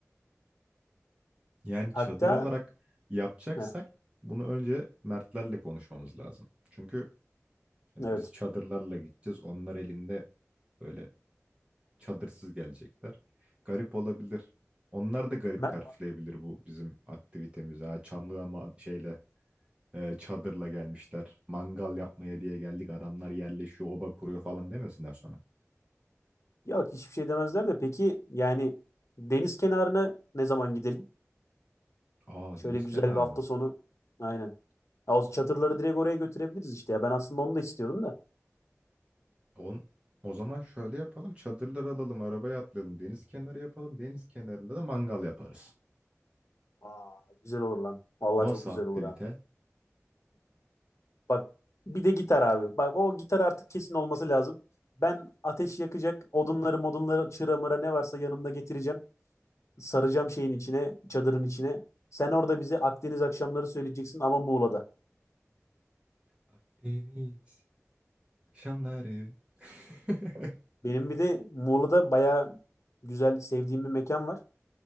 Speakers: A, on the right; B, on the left.
A: Yani
B: Hatta
A: çadır olarak yapacaksak
B: heh,
A: bunu önce Mertlerle konuşmamız lazım. Çünkü hani
B: evet.
A: biz çadırlarla gideceğiz. Onlar elinde böyle Çadırsız gelecekler. Garip olabilir. Onlar da garip
B: Mert
A: karşılayabilir bu bizim aktivitemizi. Ha, çamlı ama şeyle e, çadırla gelmişler. Mangal yapmaya diye geldik. Adamlar yerleşiyor, oba kuruyor falan demesinler sonra.
B: Yok hiçbir şey demezler de peki yani deniz kenarına ne zaman gidelim?
A: Aa
B: Şöyle
A: deniz
B: güzel
A: kenarı
B: bir hafta
A: mı?
B: sonu. Aynen. Ya, o çadırları direkt oraya götürebiliriz işte ya. Ben aslında onu da istiyordum da.
A: On, o zaman şöyle yapalım. Çadırlar alalım, arabaya atlayalım. Deniz kenarı yapalım. Deniz kenarında da mangal yaparız.
B: Aa, güzel olur lan. Vallahi
A: Nasıl
B: çok güzel
A: aktivite?
B: olur ha. Bak bir de gitar abi. Bak o gitar artık kesin olması lazım. Ben ateş yakacak odunları modunları çıra mıra ne varsa yanımda getireceğim. Saracağım şeyin içine çadırın içine. Sen orada bize Akdeniz akşamları söyleyeceksin ama Muğla'da.
A: Akdeniz akşamları. <laughs>
B: Benim bir de Muğla'da bayağı güzel sevdiğim bir mekan var.